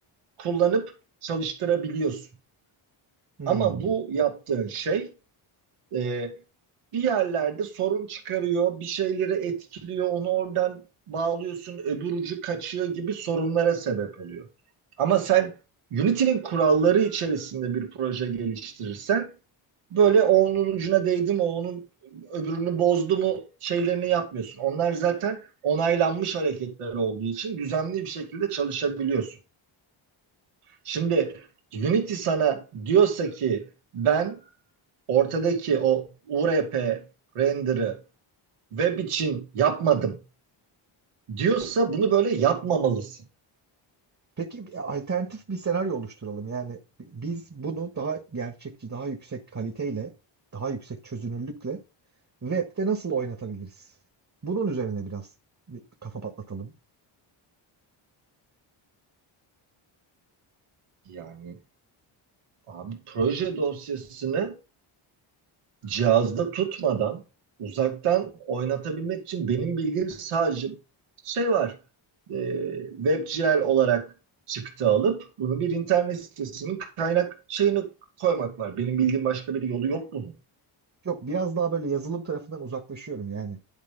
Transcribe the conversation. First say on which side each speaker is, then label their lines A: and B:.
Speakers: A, on the right; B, on the right.
A: kullanıp çalıştırabiliyorsun.
B: Hmm.
A: Ama bu yaptığın şey e, bir yerlerde sorun çıkarıyor, bir şeyleri etkiliyor, onu oradan bağlıyorsun, öbür ucu kaçıyor gibi sorunlara sebep oluyor. Ama sen Unity'nin kuralları içerisinde bir proje geliştirirsen böyle o onun ucuna değdi mi, o onun öbürünü bozdu mu şeylerini yapmıyorsun. Onlar zaten onaylanmış hareketler olduğu için düzenli bir şekilde çalışabiliyorsun. Şimdi Unity sana diyorsa ki ben ortadaki o URP render'ı web için yapmadım diyorsa bunu böyle yapmamalısın.
B: Peki bir alternatif bir senaryo oluşturalım. Yani biz bunu daha gerçekçi, daha yüksek kaliteyle, daha yüksek çözünürlükle web'de nasıl oynatabiliriz? Bunun üzerine biraz bir kafa patlatalım.
A: Yani abi proje dosyasını cihazda tutmadan uzaktan oynatabilmek için benim bildiğim sadece şey var. E, WebGL olarak çıktı alıp bunu bir internet sitesinin kaynak şeyini koymak var. Benim bildiğim başka bir yolu yok bunun.
B: Yok biraz daha böyle yazılım tarafından uzaklaşıyorum yani.